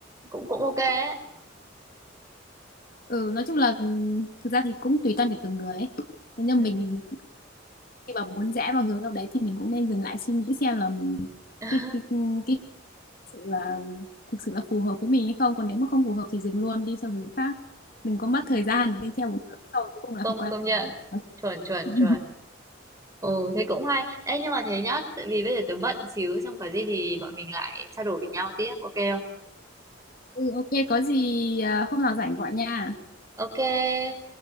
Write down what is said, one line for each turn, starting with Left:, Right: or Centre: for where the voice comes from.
Right: cũng cũng ok ấy
Left: <laughs> ừ nói chung là ừm, thực ra thì cũng tùy tâm để từng người ấy Thế nhưng
Right: ừ.
Left: mình khi mà muốn rẽ vào hướng nào đấy thì mình cũng nên dừng lại suy nghĩ xem là mình
Right: <laughs>
Left: cái cái cái sự là thực sự là phù hợp với mình hay không còn nếu mà không phù hợp thì dừng luôn đi sang hướng khác đừng có mất
Right: Ừ.
Left: thời gian đi theo một hướng sau rồi cuối cùng là
Right: công
Left: phải quay
Right: công nhận
Left: lại
Right: chuẩn chuẩn
Left: <laughs>
Right: chuẩn ừ thế cũng hay Ê nhưng mà thế nhá tại vì bây giờ tớ bận xíu xong có gì thì bọn mình lại trao đổi với nhau tiếp ok không
Left: ừ, ok có gì à, hôm nào rảnh gọi nha
Right: ok